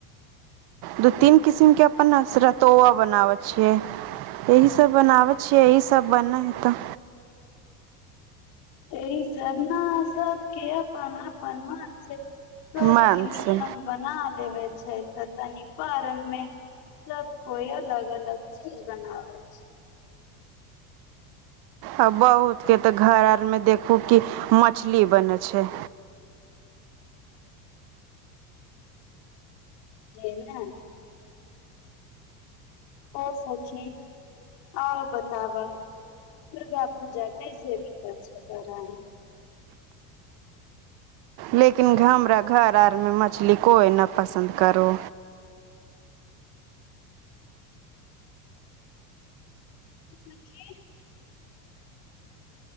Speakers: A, on the left; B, on the right.
A: छियै
B: दू तीन किसम के अपनन असरतोआा बनाव छिय यही सभ बनाबै छियै यहीसभ बन हे तऽ
A: एहि सब ना सबके अपन अपन मानस त
B: मन
A: खीनी
B: से
A: बना लेबै छै तऽ तनि पारन मे सब कोइ अलग अलग चीज बनाबै छै
B: आ बहुतके तऽ घर आरमे देखू कि मछली बनै छै
A: जइ ने ओ फकीर आउर बताब दुर्गा पूजा कैसे बितैय छै तोरा
B: लेकिन घमरा घर आरमे मछली कोइ नहि पसन्द करू
A: सखी